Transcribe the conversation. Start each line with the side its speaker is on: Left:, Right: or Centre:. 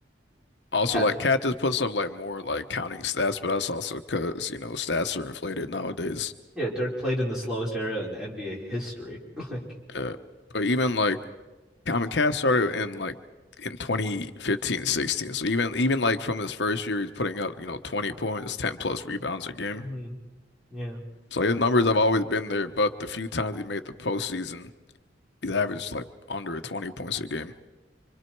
Left: also
Centre: Cat
Left: like Cat just puts up like more like counting stats, but that's also because you know stats are inflated nowadays.
Centre: Yeah, Dirk played in the slowest era in NBA history. <laughs> Like,
Left: Uh, but even like I mean, Cat started in like in 2015 16, So even even like from his first year, he's putting up you know 20 points, 10 plus rebounds a game.
Centre: hmm yeah,
Left: So his numbers have always been there, but the few times he made the postseason, he's averaged like under 20 points a game,